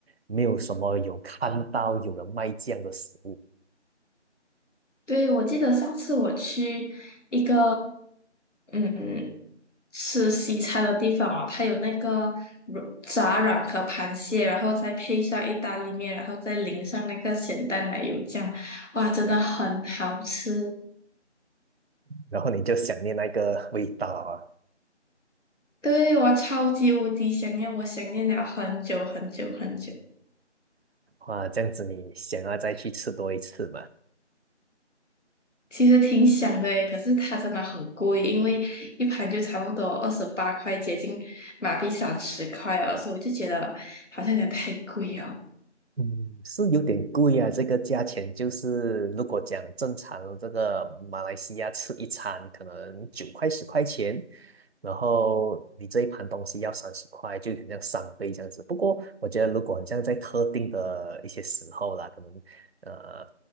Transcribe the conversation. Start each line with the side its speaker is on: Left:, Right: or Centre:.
Right: 没有什么有看到有人卖这样的食物，
Left: 对，我记得上次我去一个嗯吃西餐的地方哦，它有那个软炸软壳螃蟹，然后再配上意大利面，然后再淋上那个咸蛋奶油酱，哇，真的很好吃。
Right: 然后你就想念那个味道啊，
Left: 对，我超级无敌想念，我想念了很久很久很久。
Right: 哇，这样子你想要再去吃多一次嘛？
Left: 其实挺想的诶，可是它真的很贵，因为一盘就差不多二十八块，接近马币三十块了，所以我就觉得好像有点太贵。
Right: 嗯，是有点贵啊，这个价钱就是如果讲正常这个马来西亚吃一餐可能九块十块钱，然后你这一盘东西要三十块，就很像三倍这样子。不过我觉得如果这样在特定的一些时候啦，可能呃